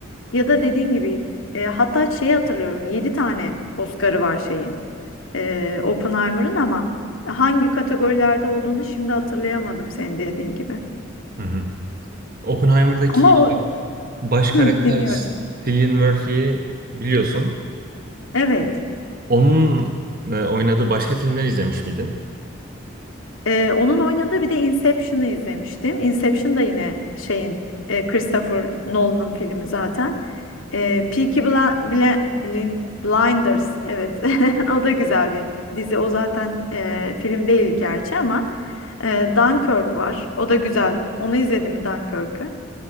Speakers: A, on the left; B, on the right.
A: ya da dediğin gibi e, hatta şeyi hatırlıyorum 7 tane Oscar'ı var şeyin. e, Oppenheimer'ın ama hangi kategorilerde olduğunu şimdi hatırlayamadım senin dediğin gibi.
B: Hı hı. Oppenheimer'daki
A: Ama
B: işte
A: o
B: baş karakter
A: Hı, dinliyorum.
B: Cillian Murphy'yi biliyorsun.
A: Evet.
B: Onun e, oynadığı başka filmler izlemiş miydin?
A: E, onun oynadığı bir de Inception'ı izlemiştim. Inception da yine şeyin e, Christopher Nolan'ın filmi zaten. E, Peaky Bla- Bla- Blin- Blinders evet <laughs> o da güzel bir dizi o zaten e, film değil gerçi ama e, Dunkirk var o da güzel onu izledin mi Dunkirk'ü?